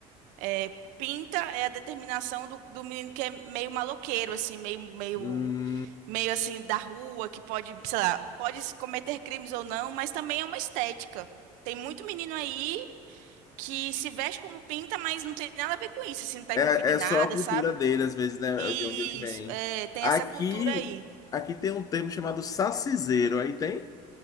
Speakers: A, on the right; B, on the left.
A: É, Pinta é a determinação do, do menino que é meio maloqueiro, assim, meio, meio,
B: Hum,
A: meio assim, da rua, que pode, sei lá, pode cometer crimes ou não, mas também é uma estética. Tem muito menino aí que se veste como pinta, mas não tem nada a ver com isso, assim, não tá
B: É,
A: envolvido em
B: é
A: nada,
B: só a cultura
A: sabe?
B: dele, às vezes, né,
A: Isso,
B: de onde ele vem.
A: é, tem
B: Aqui,
A: essa cultura aí.
B: aqui tem um termo chamado saciseiro. Aí tem?